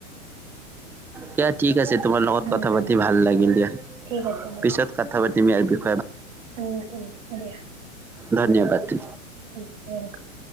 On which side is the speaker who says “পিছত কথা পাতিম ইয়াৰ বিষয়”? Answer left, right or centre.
Centre